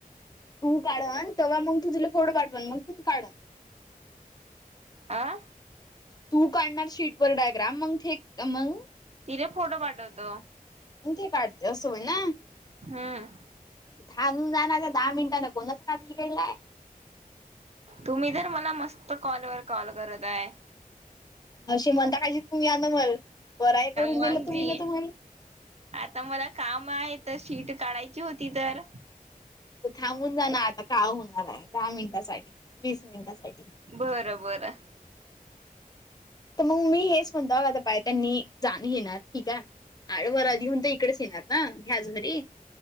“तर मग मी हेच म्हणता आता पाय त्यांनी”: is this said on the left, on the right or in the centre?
Left